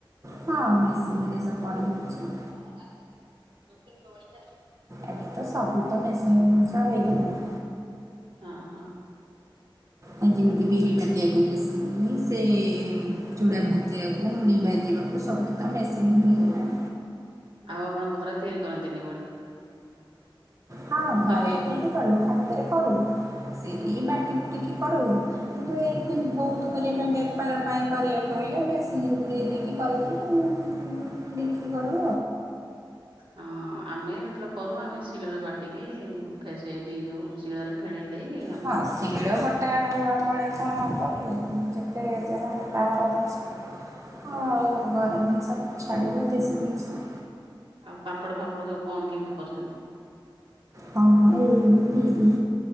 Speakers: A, on the right (about 35°); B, on the right (about 80°).
A: ହଁ ମେସିିନିରେ ସବ୍ ବଡ଼ି ହୋଉଛି।
B: ହଁ ରାତିକି <unintelligible>
A: ଏବେ ତ ସବୁ ତ ମେସିନ୍ ଜିନିଷ ହେଇଗଲାଣି।
B: ହଁ, ହଁ।
A: ଆ, ଯେମିତି ବିରି ବାଟିଆକୁ ମେସିନି ସେ ଚୁଡ଼ା ଭାଜିବାକୁ, ମୁଡ଼ି ଭାଜିବାକୁ ସବୁ ତ ମେସିନ୍ ହେଇଗଲାଣି।
B: ଆଉ ଆପଣ ଘର ତିଆରି କରନ୍ତିନି ବଢ଼ି?
A: ହଁ ଘରେ
B: ଯୋଉ
A: ତିଆରି କରୁ, ହାତରେ କରୁ, ସେଇ ବାଟି ବୁଟିକି କରୁ। କିନ୍ତୁ ଏଇ ବହୁତ କରିବା ପାଇଁ ବେପାର ପାଇଁ କରିବାକୁ ହେଲେ ମେସିନ୍ ରେ ପୁରେଇ ଦେଇକି କରେ। <inaudible> ବିକ୍ରି କରୁ।
B: ହଁ ଆମେ ଯେତେବେଳେ କରୁ ଆମେ ଶିଲର ବାଟିକି ଫେସେଇ ଦେଇ ଯୋଉ ଶିଳରେ ଫେଣେଇ ଦେଇକି ଆ
A: ହଁ ଶୀଳ ବ ଟା ମ-ମଳିଆ କଣ ହବକି ଯେତେ ଯାହା ହେଲେ ବାହାର ଜିନିଷ। ହଁ ଆଉ ଘର ଜିନିଷ ଛାଡିବ ଦେଶୀ ଜିନିଷ।
B: ଆଉ ପାମ୍ପଡ ଫାମ୍ପଡ ସବୁ କଣ କେମିତି କରୁଚନ୍ତି?
A: ହଁ, ହଁ ଏଇ ବିରି